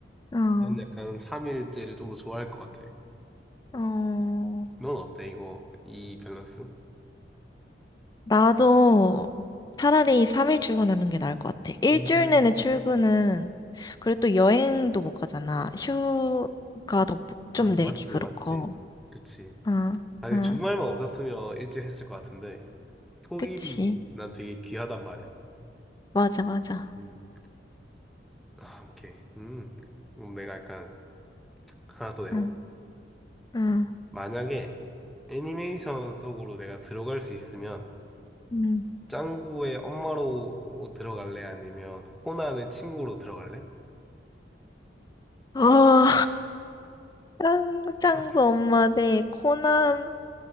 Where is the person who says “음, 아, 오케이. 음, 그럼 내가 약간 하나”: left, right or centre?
Centre